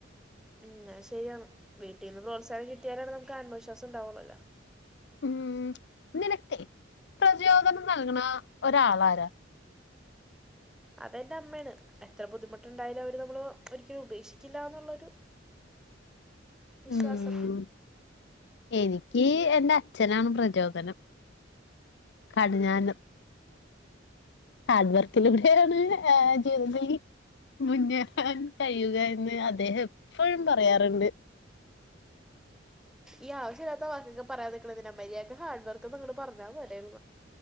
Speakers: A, in the centre; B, on the left (about 65°).
A: ഉം അയ് ശരിയാണ് വീട്ടീന്ന് പ്രോത്സാഹനം കിട്ടിയാലെ നമുക്ക് ആത്മവിശ്വാസം ഇണ്ടാവൊള്ളുല്ലു
B: ഉം നിനക്കെ പ്രചോദനം നൽക്ണാ ഒരാളാരാ
A: അതെന്റെ അമ്മേണ് എത്ര ബുദ്ധിമുട്ടുണ്ടായാലും അവര് നമ്മള് ഒരിക്കലും ഉപേക്ഷിക്കില്ല എന്നുള്ളൊരു വിശ്വാസം
B: ഉം. എനിക്ക് എന്റെ അച്ഛനാണ് പ്രചോദനം കടിഞ്ഞാനം ഹാർഡ് വർക്കിലൂടെയാണ് ഏഹ് ജീവി മുന്നേറാൻ കഴിയുക എന്ന് അദ്ദേഹം എപ്പഴും പറയാറ്ണ്ട്
A: ഈ ആവശ്യല്ലാത്ത വാക്കൊക്കെ പറയാം നിക്ക്ണെന്തിനാ മര്യാക് ഹാർഡ് വർക്ക്ന്ന് ഇങ്ങ്ട്ട് പറഞ്ഞാ പോരെ